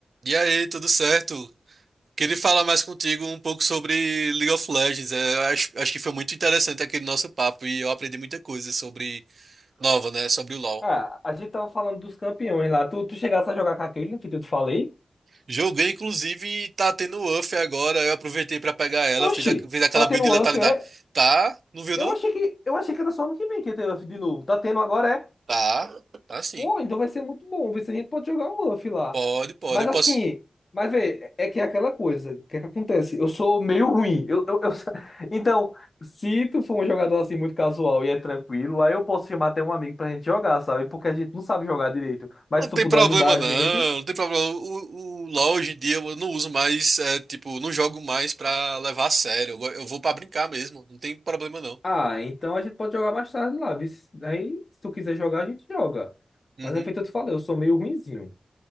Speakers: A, on the right (about 65°); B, on the left (about 55°).
A: E aí, tudo certo? Queria falar mais contigo um pouco sobre League of Legends. É, eu acho, acho que foi muito interessante aquele nosso papo e eu aprendi muita coisa sobre nova, né? Sobre o LoL.
B: Ah, a gente tava falando dos campeões lá. Tu, tu chegasse a jogar com a Caitlyn, que eu te falei.
A: Joguei, inclusive, tá tendo UF agora. Eu aproveitei pra pegar ela,
B: Oxi,
A: fiz, a, fiz aquela
B: tá tendo
A: build de
B: UF,
A: letalidade.
B: é?
A: Tá? Não viu,
B: Eu
A: não?
B: achei que, eu achei que era só ano que vem que ia ter UF de novo. Tá tendo agora, é?
A: Tá, tá sim.
B: Pô, então vai ser muito bom. Ver se a gente pode jogar um UF lá.
A: Pode, pode.
B: Mas
A: Eu posso.
B: assim, mas vê, é que é aquela coisa. O que é que acontece? Eu sou meio ruim. Eu, eu, eu- <laughs> Então, se tu for um jogador assim muito casual e é tranquilo, aí eu posso chamar até um amigo pra gente jogar, sabe? Porque a gente não sabe jogar direito. Mas
A: Não
B: se
A: tem
B: tu puder
A: problema,
B: ajudar a
A: não.
B: gente.
A: Não tem problema. O, o LoL hoje em dia eu não uso mais, é, tipo, não jogo mais pra levar a sério. Eu, go- eu vou pra brincar mesmo. Não tem problema, não.
B: Ah, então a gente pode jogar mais tarde lá. viu? Aí, se tu quiser jogar, a gente joga.
A: Uhum,
B: Mas é feito eu te falei, eu sou meio ruinzinho.